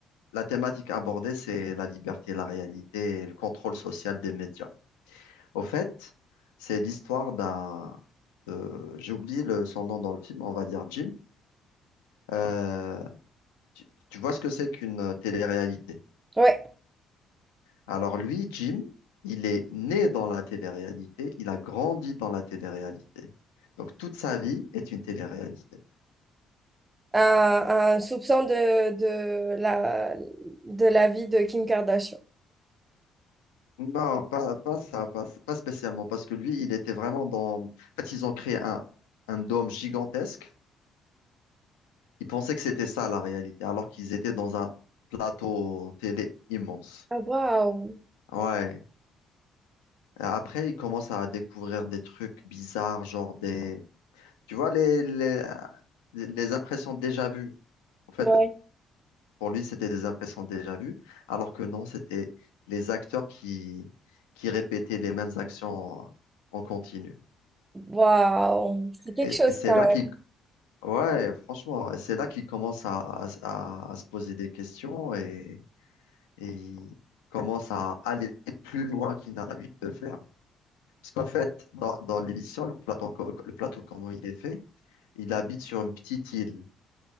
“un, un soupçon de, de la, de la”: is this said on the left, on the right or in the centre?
Right